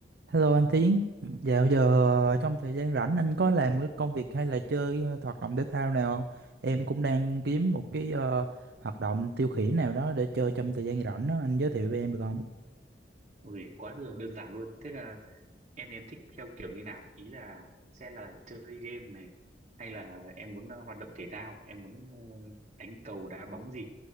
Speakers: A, on the right; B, on the right.
A: Hello anh Tiến, dạo giờ ờ, trong thời gian rảnh anh có làm cái công việc hay là chơi ờ, hoạt động thể thao nào không? Em cũng đang kiếm một cái ờ, hoạt động tiêu khiển nào đó để chơi trong thời gian rảnh đó, anh giới thiệu với em được không?
B: Ui, quá đơn đơn giản luôn. Thế là em em thích theo kiểu như nào? Ý là sẽ là chơi game này hay là em muốn ờ, hoạt động thể thao, em muốn ờ, đánh cầu đá bóng gì